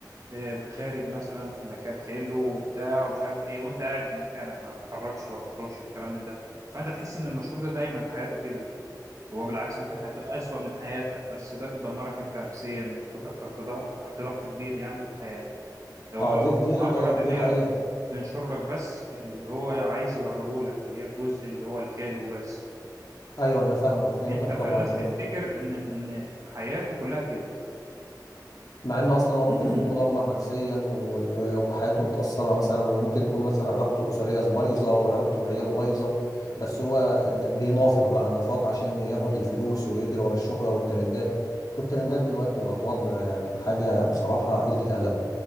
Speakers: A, on the right (about 50°); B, on the left (about 55°).
A: آه، خارج مثلا في مكان حلو وبتاع ومش عارف ايه وانت قاعد مكانك ما بتتحركش وما بتخرجش والكلام من ده فانت تحس ان المشهور ده دايما حياته كده هو بالعكس ممكن حياته اسوأ من حياتك بس ده بتدمرك انت نفسيا بتحطك تحت ضغط تحت ضغط كبير يعني في الحياة هو
B: اه دي دي حقيقة
A: مجرد اللي
B: دي حقيقة
A: هي بينشر لك بس اللي هو عايز يوريهولك اللي هي الجزء اللي هو الحلو بس
B: ايوه انا فاهمك فهمتك
A: انت فالناس
B: طبعا ان
A: تمام
B: هو
A: تفتكر ان ان حياته كلها كده
B: مع انه اصلا هو ممكن
A: <clears throat>
B: يكون مدمر نفسيا و... و... وحياته متأثرة مثلا وممكن يكون مثلا علاقته الأسرية بايظة وعلاقته بعياله بايظة بس هو د- بينافق بقى النفاق عشان ياخد الفلوس ويجري ورا الشهرة والترندات والترندات دلوقتي بقت وضع يعني حاجة بصراحة قلة أدب